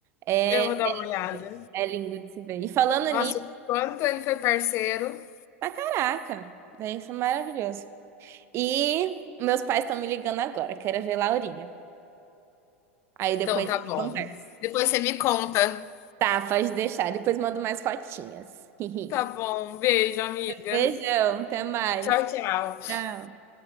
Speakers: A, on the right; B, on the left.
A: É,
B: Eu vou dar uma olhada.
A: é lindo de se ver. E falando
B: Nossa,
A: nisso,
B: o quanto ele foi parceiro.
A: tá caraca, né, isso é maravilhoso. E meus pais estão me ligando agora, quero ver Laurinha. Aí depois
B: Então,
A: a
B: tá
A: gente
B: bom.
A: conversa.
B: Depois você me conta.
A: Tá, pode deixar. Depois mando mais fotinhas. <laughs>
B: Tá bom, beijo, amiga.
A: Beijão, até mais.
B: Tchau, tchau.
A: Tchau.